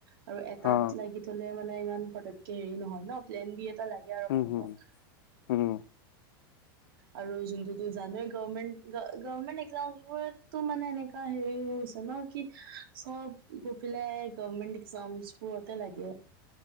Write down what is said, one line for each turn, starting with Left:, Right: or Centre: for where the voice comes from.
Right: আৰু এটাত
Left: অ
Right: লাগি থলে, মানে ইমান ফটকে হেৰি নহয়, ন, প্লেন বি লাগে আৰু
Left: হুম
Right: মানুহক।
Left: হুম হুম
Right: আৰু যোনটোতো জানেই, গমেণ্ট, গভমেণ্ট <unintelligible> মানে এনেক এ, হেৰি হৈছে ন, কি চব গৈ, পেলাই গভমেন্ট এক্সামবোৰতে লাগে।